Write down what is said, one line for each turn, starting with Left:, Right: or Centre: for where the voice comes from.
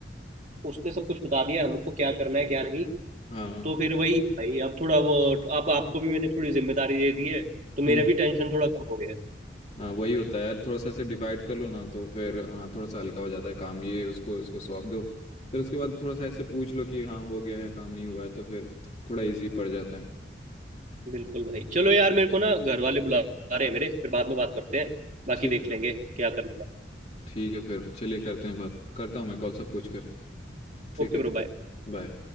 Right: उसने सब कुछ बता दिया हमको क्या करना है क्या नहीं
Left: हाँ
Right: तो फिर वही है भाई अब थोड़ा वो अब आपको भी मैंने थोड़ी जिम्मेदारी दे दी है तो मेरा
Left: हम्म
Right: भी टेंशन थोड़ा कम हो गया है
Left: हाँ वही होता है यार थोड़ा सा ऐसे डिवाइड कर लो ना तो फिर हाँ थोड़ा सा हल्का हो जाता है काम ये उसको उसको सौंप दो फिर उसके बाद थोड़ा सा ऐसे पूछ लो कि हाँ हो गया है काम नहीं हुआ है तो फिर थोड़ा इजी पड़ जाता है
Right: बिल्कुल भाई चलो यार मेरे को ना घर वाले बुला रहे हैं मेरे फिर बाद में बात करते हैं बाकी
Left: ठीक
Right: देख
Left: है
Right: लेंगे क्या करना है
Left: ठीक है फिर चलिए करते हैं बात करता हूँ मैं कॉल सब पूछ कर ठीक
Right: Okay
Left: है
Right: bro bye
Left: बाय